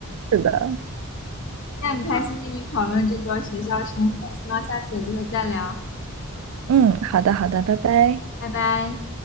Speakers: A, on the right; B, on the left.
A: 是的。
B: 那很开心跟你讨论这个学校生活，希望下次有机会再聊，
A: 嗯，好的，好的，拜拜。
B: 拜拜。